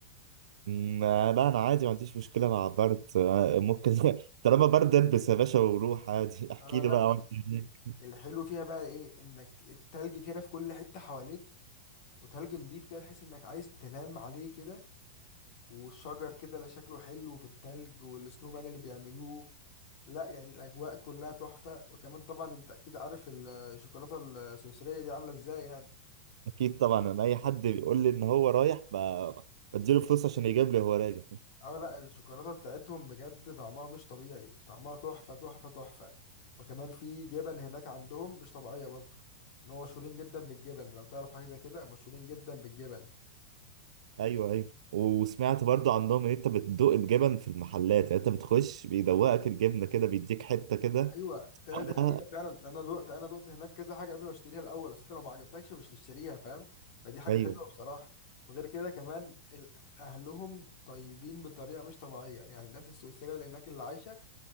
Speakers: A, on the right; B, on the left.
A: مم، آه، لا انا عادي ما عنديش مشكله مع برد آه، ممكن <laughs> طالما برد البس يا باشا وروح عادي <laughs> احكي
B: اه لا
A: لي بقى
B: بس
A: عملت إيه هناك
B: الحلو فيها بقى ايه انك التلج كده في كل حتة حواليك وتلج نضيف كده تحس انك عايز تنام عليه كده والشجر كده لا شكله حلو في التلج والسنومان اللي بيعملوه لا يعني الاجواء كلها تحفه وكمان طبعا انت اكيد عارف الشوكولاته السويسريه دي عامله ازاي يعني
A: اكيد طبعا انا اي حد بيقول لي ان هو رايح ب- بديله فلوس عشان يجيب لي هو راجع
B: اه لا الشوكولاته بتاعتهم بجد طعمها مش طبيعي طعمها تحفه تحفه تحفه وكمان في جبن هناك عندهم مش طبيعيه برضه ان هو مشهورين جدا بالجبن لو تعرف حاجه زي كده مشهورين جدا بالجبن
A: <laughs> ايوه ايوه وسمعت برضو عندهم ان انت بتدوق الجبن في المحلات يعني انت بتخش بيدوقك الجبنه كده بيديك حته كده
B: ايوه أيوة، دي حقيقه
A: آه،
B: فعلا انا دقت انا دقت هناك كذا حاجه قبل ما اشتريها الاول اصل انت لو ما عجبتكش مش تشتريها فاهم فدي حاجه
A: ايوه
B: حلوه بصراحه وغير كده كمان ال- اهلهم طيبين بطريقه مش طبيعيه يعني الناس السويسريه اللي هناك اللي عايشه